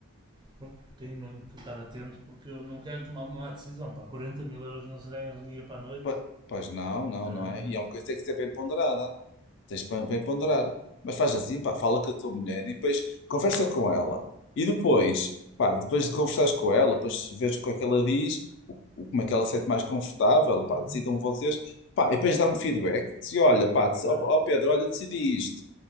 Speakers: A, on the right; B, on the left.
A: Pronto, tenho mesmo que estar atento porque eu não quero tomar uma má decisão. Pá. 40 mil euros não será em linha para a noite.
B: Po- Pois não, não, não
A: Ahm,
B: é? E é uma coisa que tem que ser bem ponderada. Tens para, para ponderar. Mas faz assim, pá, fala com a tua mulher e depois conversa
A: ok.
B: com ela. E depois, pá, depois de conversares com ela, depois vês o que é que ela diz, o, o- como é que ela se sente mais confortável, pá,
A: Uhum,
B: decidam vocês. Pá, e depois dá-me feedback. Diz, olha, pá, dec-
A: bem.
B: ó ó Pedro, olha, decidi isto. O